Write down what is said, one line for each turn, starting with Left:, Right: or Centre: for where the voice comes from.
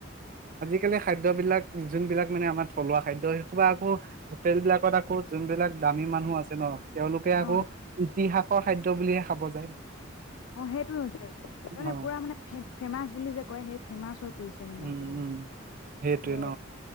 Right: কালি খাদ্য বিলাক যোনবিলাক মানে আমাৰ থলুৱা খাদ্য, সেইসোপা আকৌ হোটেল বিলাকত আকৌ যোনবিলাক দামী মানুহ আছে ন, তেওঁলোকে আকৌ
Left: অ
Right: ইতিহাস খাদ্য বুলিহে খাব যায়।
Left: অ সেইটো হৈছে মানে
Right: অ
Left: পুৰা মানে ফে ফেমাচ বুলি যে কয় সেই ফেমাচ হৈ ফুৰিছে মানে
Right: উম
Left: আজিকালি
Right: উম সেইটোৱে
Left: ত
Right: ন